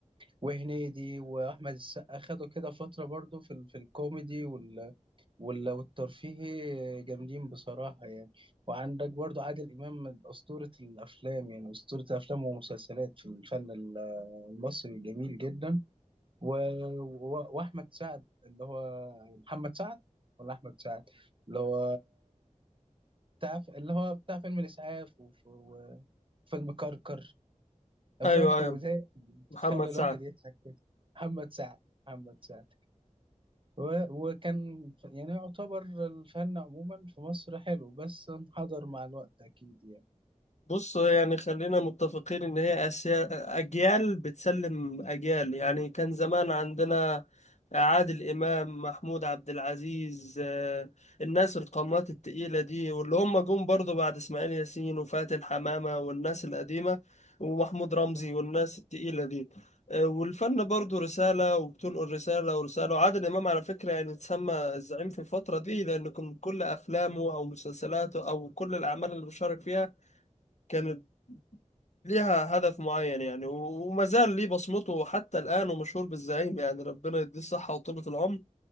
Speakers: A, on the right; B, on the left.
A: وهنيدي واحمد السقا خدوا كده فترة برضو في ال... في الكوميدي وال... وال... والترفيهي جامدين بصراحة يعني وعندك برضو عادل امام من اسطورة الافلام يعني اسطورة الافلام ومسلسلات في الفن المصري جميل جدا و... و... واحمد سعد اللي هو محمد سعد ولا احمد سعد اللي هو بتاع اللي هو بتاع فيلم الاسعاف وف- وفيلم كركر افلام
B: أيوه
A: كوميديه
B: أيوه محمد
A: بتخلي
B: سعد
A: الواحد يضحك كده محمد سعد محمد سعد و... وكان ف- يعني يعتبر الفن عموما في مصر حلو بس انحدر مع الوقت اكيد يعني
B: بص يعني خلينا متفقين ان هي أسيا اجيال بتسلم اجيال يعني كان زمان عندنا عادل امام محمود عبد العزيز آه، الناس القامات التقيلة دي واللي هم جم برضو بعد اسماعيل ياسين وفاتن حمامة والناس القديمة ومحمود رمزي والناس التقيلة دي آه، والفن برضو رسالة وبتنقل رسالة ورسالة وعادل إمام على فكرة يعني اتسمى الزعيم في الفترة دي لأن كان كل أفلامه أو مسلسلاته أو كل الأعمال اللي بيشارك فيها كانت ليها هدف معين يعني و- وما زال ليه بصمته حتى الآن ومشهور بالزعيم يعني ربنا يديه الصحة وطولة العمر